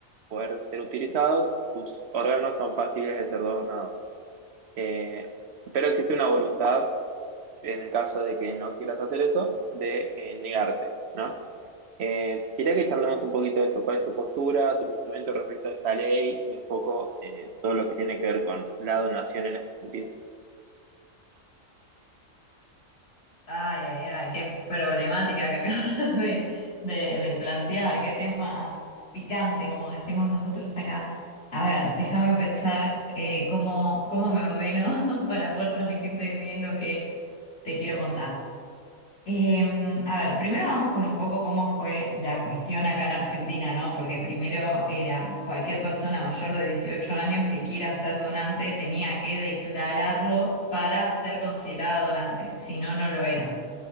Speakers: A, on the right; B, on the left.
A: poder ser utilizados, tus órganos son pasibles de ser donados. Eh, Espero que esté una voluntad en el caso de que no quieras hacer eso, de eh, negarte, ¿no? Eh, quería que charlemos un poquito de esto, cuál es tu postura, tu pensamiento respecto a esta ley y un poco eh, todo lo que tiene que ver con la donación en este sentido.
B: Ay, ay, ay, qué problemática que acabas <laughs> de, de- de plantear, qué tema picante, como decimos nosotros acá. A ver, déjame pensar eh, cómo, cómo me ordeno <laughs> para poder transmitirte bien lo que te quiero contar. Eh, a ver, primero vamos con un poco cómo fue la cuestión acá en Argentina, ¿no? Porque primero era cualquier persona mayor de 18 años que quiera ser donante tenía que declararlo para ser considerada donante, si no, no lo era